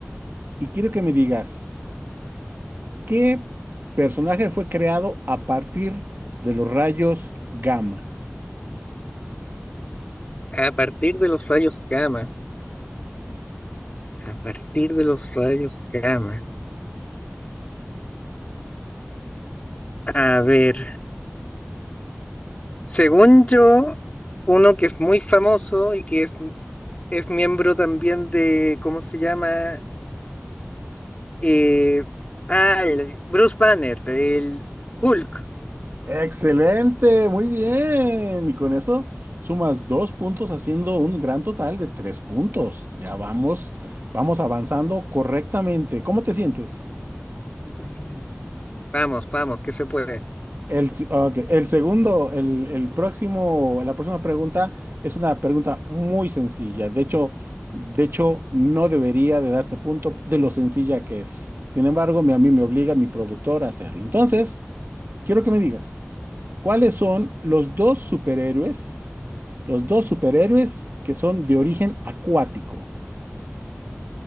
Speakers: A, on the right; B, on the left.
A: Y quiero que me digas, ¿qué personaje fue creado a partir de los rayos gamma?
B: A partir de los rayos gamma, a partir de los rayos gamma. A ver, según yo, uno que es muy famoso y que es, es miembro también de, ¿cómo se llama? Eh, ah, el- Bruce Banner, el Hulk.
A: Excelente, muy bien. Y con eso sumas dos puntos, haciendo un gran total de tres puntos. Ya vamos, vamos avanzando correctamente. ¿Cómo te sientes?
B: Bueno. Vamos, vamos, que se puede.
A: El, s- ah, ok, el segundo, el, el próximo, la próxima pregunta es una pregunta muy sencilla. De hecho, de hecho, no debería de darte punto de lo sencilla que es. Sin embargo, mi- a mí me obliga mi productor a hacerlo. Entonces, quiero que me digas, ¿cuáles son los dos superhéroes, los dos superhéroes que son de origen acuático?